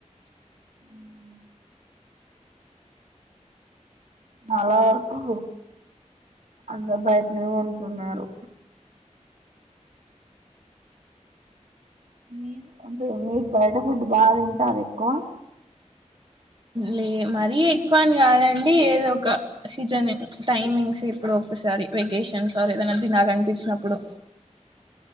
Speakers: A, on the right; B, on the right.
A: ఉం చాలా వరకు అందరు బైట్నే కొంటున్నరు మీరు అంటే మీరు బయట ఫుడ్ బా తింటార ఎక్కువ
B: లే మరీ ఎక్కువని కాదండి ఏదో ఒక సీజన్ టైమింగ్స్ ఇప్పుడు ఒకసారి వెకేషన్స్ ఆర్ ఏదైనా తినాలనిపించినప్పుడు